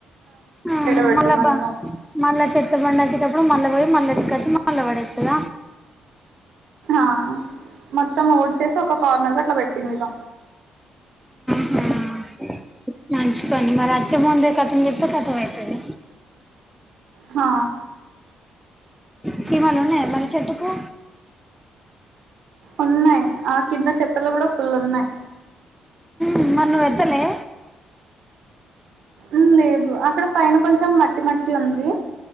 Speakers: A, in the centre; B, on the right.
A: ఉమ్
B: పెడతామని
A: మళ్ళ బ
B: ఇగ
A: మళ్ళ చెట్టబండి అచ్చేటప్ ప్పుడు మళ్ళ వోయి మళ్ళ ఎత్తుకొచ్చి మళ్ళ వడేత్తద
B: ఆ మొత్తం ఊడ్చేసి ఒక కార్నర్కి అట్లా పెట్టింది ఇగ
A: హ్మ్ మంచి పని మరి అచ్చేముందే కథం చేత్తే కథం అయితది
B: హా
A: చీమలు ఉన్నాయ మరి చెట్టుకు
B: ఉన్నయి ఆ కింద చెత్తలో కూడా ఫుల్ ఉన్నయి
A: ఉమ్ మరి నువ్ ఎత్తలే
B: ఉమ్ లేదు అక్కడ పైన కొంచం మట్టి మట్టి ఉంది